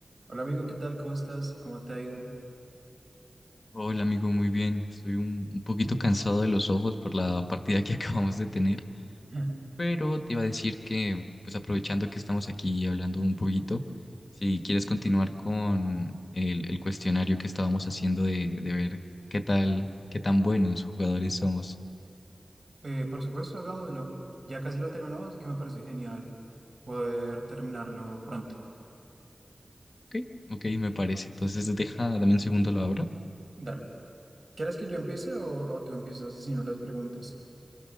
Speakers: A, on the right; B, on the left.
A: Hola amigo, ¿qué tal? ¿Cómo estás? ¿Cómo te ha ido?
B: Hola amigo, muy bien. Estoy un, un poquito cansado de los ojos por la partida que <laughs> acabamos de tener,
A: <laughs>
B: pero te iba a decir que, pues aprovechando que estamos aquí hablando un poquito, si quieres continuar con el, el cuestionario que estábamos haciendo de, de ver qué tal, qué tan buenos jugadores somos.
A: Eh, por supuesto, hagámoslo. Ya casi lo terminamos, así que me parece genial poder terminarlo pronto.
B: Ok, ok, me parece. Entonces deja, dame un segundo, lo abro.
A: Dale. ¿Quieres que yo empiece o, o tú empiezas si no las preguntas?